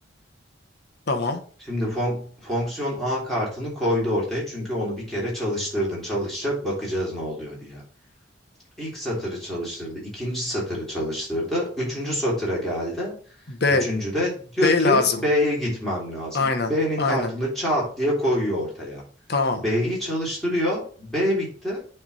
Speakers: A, on the left (about 55°); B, in the centre.
A: tamam.
B: Şimdi fon- fonksiyon A kartını koydu ortaya çünkü onu bir kere çalıştırdın. Çalışacak bakacağız ne oluyor diye. İlk satırı çalıştırdı, ikinci satırı çalıştırdı, üçüncü satıra geldi.
A: B,
B: Üçüncü de diyor
A: B
B: ki
A: lazım.
B: B'ye gitmem lazım.
A: Aynen,
B: B'nin
A: aynen.
B: kartını çat diye koyuyor ortaya.
A: Tamam.
B: B'yi çalıştırıyor. B bitti.